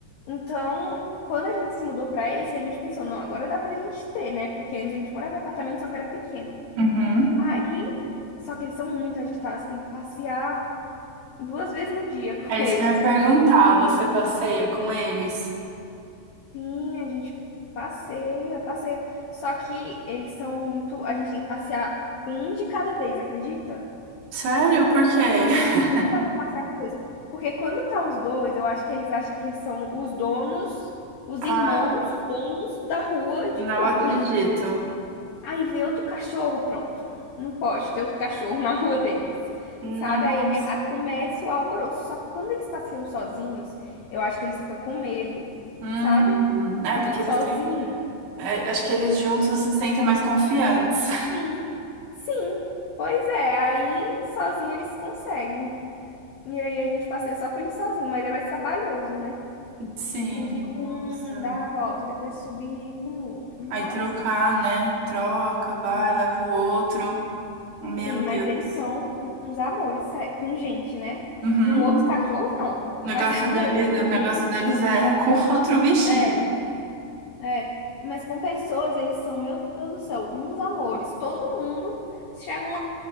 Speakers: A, on the left (about 75°); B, on the right (about 85°).
A: Então, quando a gente se mudou pra esse, a gente pensou, não, agora dá pra gente ter, né? Porque antes a gente morava em apartamento, só que era pequeno.
B: Uhum.
A: Aí, só que eles são muito agitados, tem que passear duas vezes no dia <laughs> com
B: É isso
A: eles.
B: que eu ia perguntar. Você passeia com eles?
A: Sim, a gente passeia, passeia. Só que eles são muito. A gente tem que passear um de cada vez, acredita?
B: Sério? Por quê? <laughs>
A: Não dá pra passear com os dois. Porque quando tá os dois, eu acho que eles acham que eles são os donos, os
B: Ah,
A: irmãos, donos da rua e
B: não
A: de tudo.
B: acredito.
A: <laughs> Aí vê outro cachorro, pronto. Não pode ter outro cachorro na rua deles.
B: Nossa.
A: Sabe? Aí, aí começa o alvoroço. Só que quando eles passeiam sozinhos, eu acho que eles ficam com medo,
B: Hum.
A: sabe?
B: É
A: De
B: porque
A: sozinho.
B: eles têm. é, acho que eles juntos se sentem mais confiantes.
A: Sim, sim. Pois é, aí sozinho eles conseguem. E aí a gente passeia só com ele sozinho, mas é mais trabalhoso, né?
B: <laughs> Sim,
A: Tem que ir com
B: nossa.
A: um, dar a volta, depois subir com o outro. Mas,
B: Aí trocar, né? Troca, vai,
A: sim,
B: leva o outro. Meu
A: sim, mas
B: Deus.
A: eles são uns amores, sé- com gente, né?
B: Uhum.
A: Com outros cachorros, não.
B: O
A: Mas
B: negócio
A: <laughs> agora
B: dele,
A: com
B: o
A: gente.
B: negócio deles é com <laughs> outro bichinho.
A: É, é. Mas com pessoas, eles são, meu Deus do céu, uns amores. Todo mundo. Se chega um